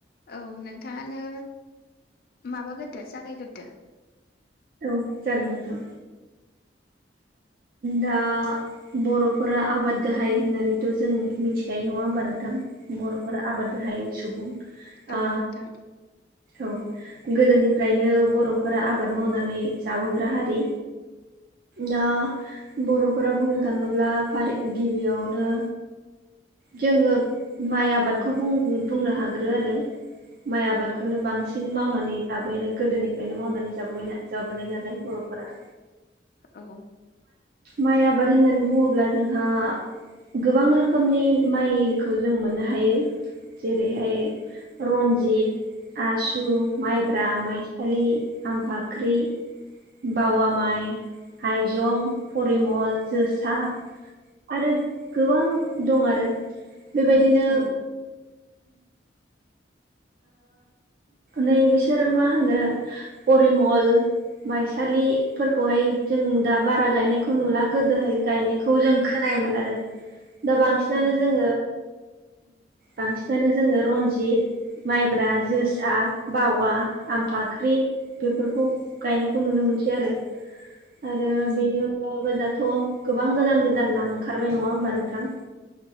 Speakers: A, on the left (about 55°); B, on the right (about 55°).
A: औ नोंथाङानो माबाग्रोदो जागायग्रोदो।
B: औ जागोन नोंथां दा बर'फोरा आबाद गाहाय होननानैथ' जों मिथिखायो नङा होमबा नोंथां बर'फोरा आबाद गाहाय सुबुं
A: औ
B: ओ
A: नोंथां
B: औ गोदोनिफ्रायनो बर'फोरा आबाद मावनानै जाबोग्रा हारि दा बर'फोरा बुंनो थाङोब्ला फारि गिबियावनो जोङो माइ आबादखौ बुंनो हागोरो आरो माइ आबाद खौनो बांसिन मावनानै जाबायनो गोदोनिफ्रायनो मावनानै जाब जाबोनाय नालाय बर'फोरा
A: औ
B: माइ आबाद होननानै बुङोब्ला जोंहा गोबां रोखोमनि माइखौ जों मोननो हायो जेरैहाय रन्जित आसु माइब्रा माइसालि आमफाख्रि बावा माइ हाइजं परिमल जोसा आरो गोबां दं आरो बेबायदिनो
A: औ
B: नै बिसोर मा होनो परिमल माइसालिफोरखौहाय जों दा बारा गायनायखौ नुला गोदोहाय गायनायखौ जों खोनायोमोन आरो दा बांसिन बांसिनानो
A: औ
B: जोङो बांसिनानो जोङो रनजित माइब्रा ज फोसा बावा आमफाख्रि बेफोरखौ गायनायखौ नुनो मोनसै आरो आरो
A: उम
B: बेनि अनगायैबो दाथ' गोबां गोदान गोदान नाम ओंखारबाय नङा होमबा नोंथां